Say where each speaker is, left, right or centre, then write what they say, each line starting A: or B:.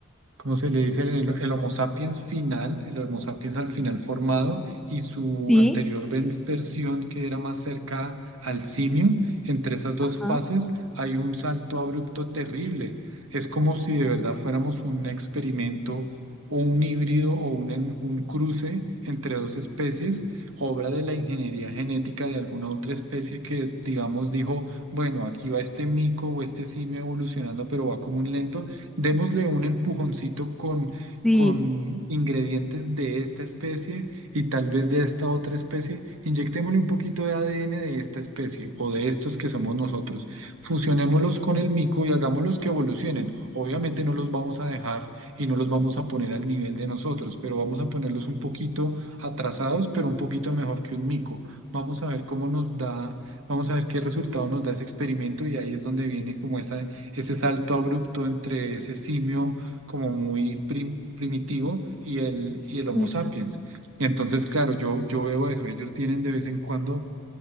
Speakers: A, on the right; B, in the centre.
A: Cómo se le dice? El, el Homo sapiens final, el Homo sapiens al final formado y su
B: Sí,
A: anterior vens- versión que era más cerca al simio, entre esas dos
B: ajá,
A: fases hay un salto abrupto terrible. Es como si de verdad fuéramos un experimento o un híbrido o un, en- un cruce entre dos especies, obra de la ingeniería genética de alguna otra especie que, digamos, dijo, bueno, aquí va este mico o este simio evolucionando, pero va como un lento démosle un empujoncito con,
B: Sí,
A: con ingredientes de esta especie y tal vez de esta otra especie, inyectémosle un poquito de ADN de esta especie o de estos que somos nosotros, fusionémoslos con el mico y hagámoslos que evolucionen. Obviamente no los vamos a dejar y no los vamos a poner al nivel de nosotros, pero vamos a ponerlos un poquito atrasados, pero un poquito mejor que un mico. Vamos a ver cómo nos da, vamos a ver qué resultado nos da ese experimento y ahí es donde viene como esa ese salto abrupto entre ese simio como muy prim- primitivo y el, y el Homo
B: exacto.
A: sapiens. Entonces, claro, yo, yo veo eso, ellos vienen de vez en cuando